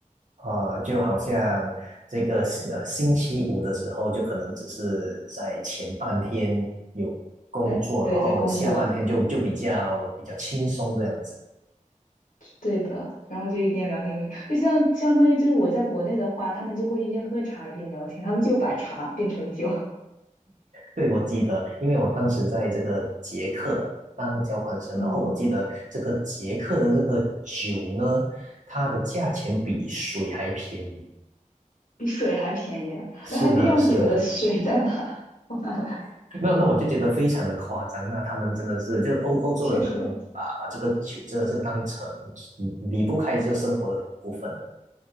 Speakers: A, on the right; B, on the left.
A: 呃，就好像这个呃星期五的时候，就可能只是在前半天有工作，
B: 对对，
A: 然后下半天就就比较比较轻松这样子。
B: 在工作，对的。然后就一边聊天一边，就像相当于就是我在国内的话，他们就会一边喝茶一边聊天，他们就把茶变成酒。
A: 对，我记得，因为我当时在这个捷克当交换生，
B: <laughs> 嗯，
A: 然后我记得这个捷克的这个酒呢，它的价钱比水还便宜。
B: 比水还便宜，
A: 是的，
B: 那它酿酒的水在哪？
A: 是的，
B: <laughs> 从哪来？
A: <laughs> 那那我就觉得非常的夸张。那他们真的是，就欧欧洲人，
B: 确实，
A: 他们把把这个酒真的是当成离不开这生活的一部分了。